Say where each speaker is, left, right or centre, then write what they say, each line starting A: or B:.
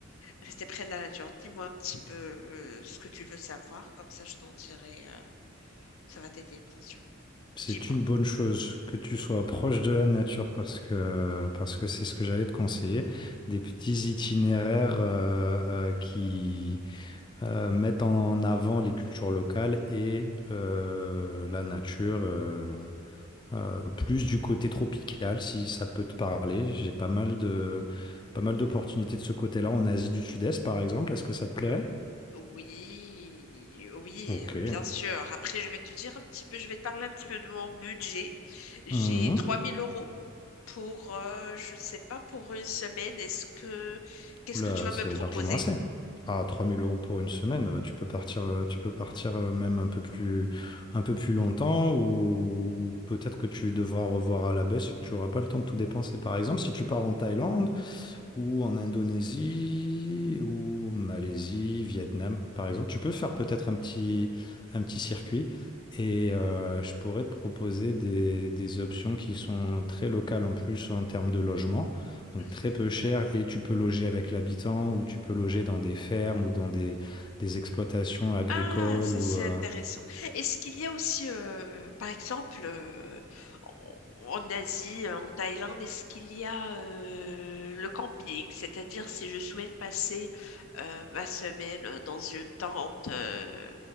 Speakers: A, on the left; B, on the left.
A: rester près de la nature. Dis-moi un petit peu euh, ce que tu veux savoir, comme ça je t'en dirai. euh, ça va t'aider, bien sûr.
B: C'est
A: Dis-moi.
B: une bonne chose que tu sois proche de la nature parce que parce que c'est ce que j'allais te conseiller. Des petits itinéraires euh, euh, qui euh, mettent en avant les cultures locales et euh, la nature. euh, euh, plus du côté tropical, si ça peut te parler. J'ai pas mal de pas mal d'opportunités de ce côté-là en Asie du Sud-Est, par exemple. Est-ce que ça te plairait?
A: Oui, oui,
B: Ok.
A: bien sûr. Après, je vais te dire un petit peu, je vais te parler un petit peu de mon budget. J'ai
B: Mhm.
A: 3000 euros pour, euh, je sais pas, pour une semaine. Est-ce que, qu'est-ce
B: Oula,
A: que tu vas
B: c'est
A: me proposer?
B: largement assez. Ah, 3000 euros pour une semaine, euh, tu peux partir, euh, tu peux partir euh, même un peu plus, un peu plus longtemps ou, ou peut-être que tu devras revoir à la baisse et que tu n'auras pas le temps de tout dépenser. Par exemple, si tu pars en Thaïlande, ou en Indonésie, ou Malaisie, Vietnam, par exemple. Tu peux faire peut-être un petit, un petit circuit et euh, je pourrais te proposer des, des options qui sont très locales en plus en termes de logement, donc
A: Mmh.
B: très peu cher et tu peux loger avec l'habitant ou tu peux loger dans des fermes ou dans des, des exploitations agricoles
A: Ah, ça
B: ou...
A: c'est
B: euh,
A: intéressant. Est-ce qu'il y a aussi, euh, par exemple, euh, en en Asie, en Thaïlande, est-ce qu'il y a euh, le camping? C'est-à-dire si je souhaite passer euh, ma semaine dans une tente, euh,